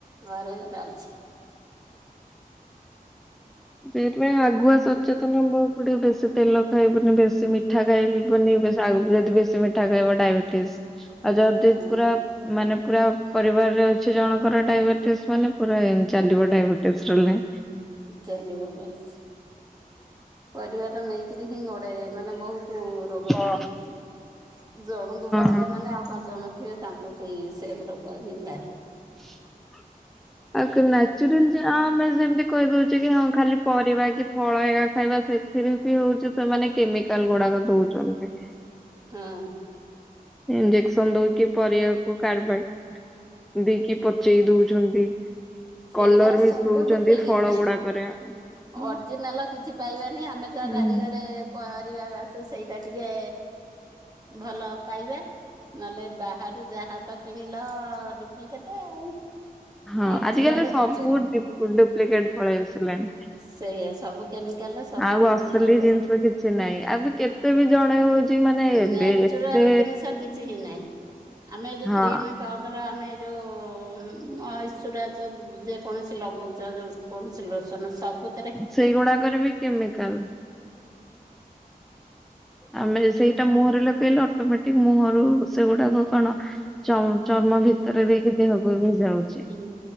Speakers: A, on the right; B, in the centre.
A: ଘରେ ଘରେ ଅଛି।
B: ସେଥିପାଇଁ ଆଗୁଆ ସଚେତନ ହବାକୁ ପଡିବ ବେଶୀ ତେଲ ଖାଇବୁନି, ବେଶୀ ମିଠା ଖାଇବୁନି, ବେ ଆଉ ଯଦି ବେଶୀ ମିଠା ଖାଇବ ଡାଇବେଟିସ୍ ଆଉ ଯଦି
A: ହଁ
B: ପୁରା ମାନେ ପୁରା ପରିବାରରେ ଅଛି ଜଣଙ୍କର ଡାଇବେଟିସ୍ ମାନେ ପୁରା ଏମ ଚାଲିବ ଡାଇବେ ଟିସ୍ ରୁଲେ
A: ଚାଲିବ ବାସ୍। ପରିବାର ନେଇକିରି ହିଁ ଗୋଢାଯାଏ ମାନେ ବୋହୁତୁ ରୋଗ
B: ହଁ
A: ମୁଁ ଦେଖିଚି ଜଣଙ୍କୁ ବାହାରିଲା
B: ହଁ।
A: ମାନେ ଆଉ ପାଞ୍ଚ ଜଣ ଥିବେ ତାଙ୍କୁ ସେଇ ସେମ୍ ରୋଗ ହିଁ ବାହାରିବ।
B: ହ <unintelligible> ଆଉ କଣ ନାଚୁରାଲ ଯାହା ଆଉ ଆମେ ସେମତି କହିଦୋଉଚେ କି ହଁ ଖାଲି ପରିବା କି ଫଳ ଏକା ଖାଇବା ସେଥିରୁ ବି ହୋଉଚି ସେମାନେ କେମିକାଲଗୁଡାକ ଦୋଉଚନ୍ତି।
A: ହଁ।
B: ଇଞ୍ଜେକ୍ସନ ଦଉକି ପରିବାକୁ କାରବଟ। ଦେଇକି ପଚେଇ ଦଉଛନ୍ତି।
A: ସେଇ
B: କଲର
A: ବା ସବୁ
B: ମିଶଉଛନ୍ତି
A: ଡୁପୁଲିକ
B: ଫଳ
A: ଏଟେ।
B: ଗୁଡାକରେ ହୁଁ
A: ଅର୍ଜିନାଲ କିଛି ପାଇବାନି। ଆମେ
B: ହୁଁ
A: ତା ଭାରିଘରେ କରିବା ବାସ ସେଇଟା ଟିକେ ଭଲ ପାଇବା। ନହେଲେ, ବାହାରୁ ଯାହା ତ କିଣିଲ ଡୁପ୍ଲିକେଟ ଆଉ।
B: ହଁ,
A: ଅରିଜିନାଲ
B: ଆଜିକାଲି ତ ସବୁ
A: କିଛି
B: ଡୁପ୍ଲିକେଟ ପଳେଇ ଆସିଲାଣି।
A: ସେଇଆା ସବୁ କେମିକାଲ, ସବୁ
B: ଆଉ
A: ଡୁପ୍ଲିକେଟ୍।
B: ଅସଲି ଜିନିଷ କିଛି ନାହିଁ ଆଉ ବି କେତେ ବି ଜଣେ ହଉଛି ମାନେ ଏବେ
A: ନାଚୁରାଲ
B: ଏତେ
A: ଜିନିଷ କିଛି ହିଁ ନହିଁ। ଆମେ ଏ ଯୋଉ
B: ହଁ
A: କ୍ରିମ ପାଉଡ଼ର ଆମେ ଏଇ ଯେଉଁ ଈଶ୍ୱରାାଜ <unintelligible> ଯେକୌଣସି ଲଗାଉଛ ଯେଉ କୌଣସି ଲସ <unintelligible> ତ ସବୁ
B: ସେଇଗୁଡାକରେ ବି କେମିକାଲ। ଆମେ ସେଇଟା ମୁହଁରେ ଲଗେଇଲେ ଅଟୋମେଟିକ ମୁହରୁ ସେଗୁଡାକ କଣ ଚ ଚର୍ମ ଭିତରେ ଦେଇକି ଦେହକୁ ବି ଯାଉଛି।
A: ହୁଁ